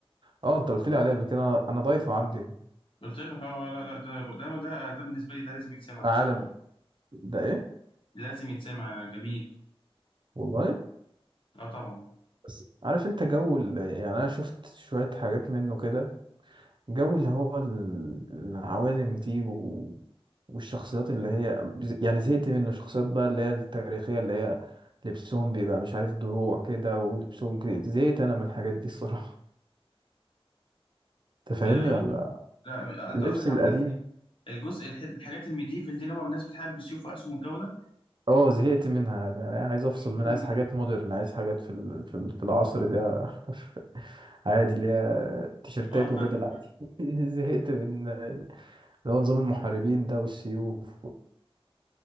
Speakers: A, on the right; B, on the left.
A: اه انت قلت لي عليه قبل كده انا أنا ضايفه عندي
B: قلت لك اه لا لا ده ده ده ده بالنسبه لي ده لازم يتسمع بصراحه
A: عالم ده ايه
B: لازم يتسمع جميل
A: والله
B: اه طبعا
A: بس عارف انت جو ال... يعني انا شفت شوية حاجات منه كده جو اللي هو ال- العوالم دي و... والشخصيات اللي هي يعني زهقت منه شخصيات بقى اللي هي التاريخية اللي هي لبسهم بيبقى مش عارف دروع كده ولبسهم كده زهقت انا من الحاجات دي الصراحة <laughs> تفهمني
B: آه
A: ولا
B: لا انت
A: اللبس
B: قصدك على
A: القديم
B: الناس اللي الجزء الح- الحاجات الميديفل دي اللي هم الناس بتحارب بالسيوف واسهم والجو ده
A: اه زهقت منها يعني عايز افصل
B: امم
A: منها عايز حاجات مودرن عايز حاجات في ال... في ال... في العصر ده <laughs> عادي اللي هي تيشيرتات
B: اه فاهمك
A: وبدل عادي
B: فاهمك
A: <laughs> زهقت من اللي هو نظام المحاربين ده والسيوف